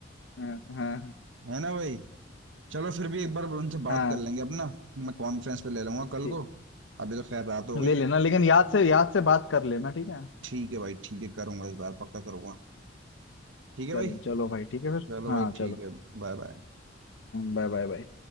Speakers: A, on the left; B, on the right.
A: हाँ हाँ
B: है ना भाई चलो फिर भी एक बार उनसे बात
A: हाँ
B: कर लेंगे अपना मैं कॉन्फ्रेंस पे ले लूंगा
A: ठीक
B: कल को अभी तो खैर रात हो गई
A: ले लेना लेकिन याद से याद से बात कर लेना ठीक है
B: ठीक है भाई ठीक है करूंगा इस बार पक्का करूंगा ठीक है
A: चल
B: भाई
A: चलो भाई ठीक है फिर
B: चलो
A: हाँ
B: भाई ठीक
A: चलो
B: है Bye bye
A: Bye bye bye